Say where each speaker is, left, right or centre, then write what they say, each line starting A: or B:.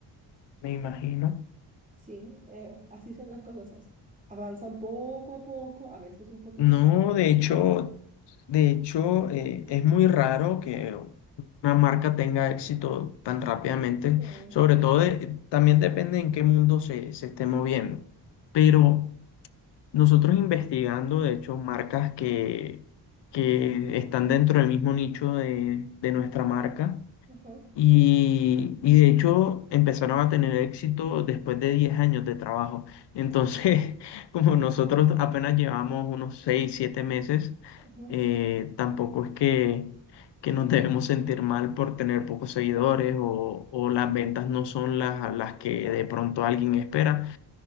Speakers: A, on the left; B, on the right.
A: Me imagino.
B: Sí, eh, así son las cosas. as- Avanzan poco a poco, a veces un poquito
A: No,
B: más.
A: de
B: lento,
A: hecho, de hecho, eh, es muy raro que una marca tenga éxito tan rápidamente,
B: sí.
A: sobre todo de- también depende en qué mundo se, se esté moviendo. Pero nosotros investigando, de hecho, marcas que, que están dentro del mismo nicho de, de nuestra marca,
B: Ajá,
A: Y, y de hecho empezaron a tener éxito después de 10 años de trabajo. Entonces, <laughs> como nosotros apenas llevamos unos 6 7 meses,
B: ajá.
A: eh, tampoco es que, que nos <laughs> debemos sentir mal por tener pocos seguidores o, o las ventas no son las, las que de pronto alguien espera,